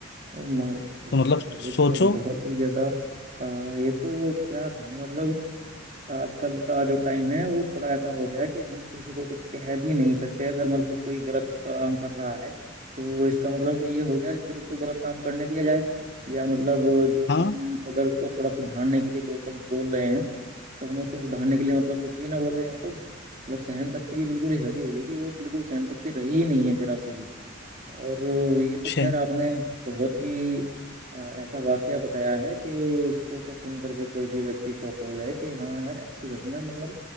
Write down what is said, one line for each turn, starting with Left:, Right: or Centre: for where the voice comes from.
Right: ओ माय गॉड
Left: तो मतलब सोचो
Right: ये तो बहुत ही ज्यादा अ, ये तो क्या कहें मतलब आजकल का जो टाइम है वो थोड़ा ऐसा हो गया है कि हम किसी को कुछ कह भी नहीं सकते अगर मतलब कोई गलत काम कर रहा है तो इसका मतलब तो ये हो गया कि फिर उसको गलत काम करने दिया जाए या मतलब जो
Left: हाँ
Right: हम अगर उसको थोड़ा सुधारने के लिए दो शब्द बोल रहे हैं तो हम उसको सुधारने के लिए मतलब कुछ भी ना बोले ये तो मतलब सहन शक्ति की बिल्कुल ही हद ही हो गई कि भाई बिल्कुल सहन शक्ति रही ही नहीं है जरा सी भी और ये तो खैर
Left: शे
Right: आपने बहुत ही अ, ऐसा वाकया बताया है कि इसको तो सुन करके कोई भी व्यक्ति शॉक हो जाए कि हाँ यार ऐसी घटना मतलब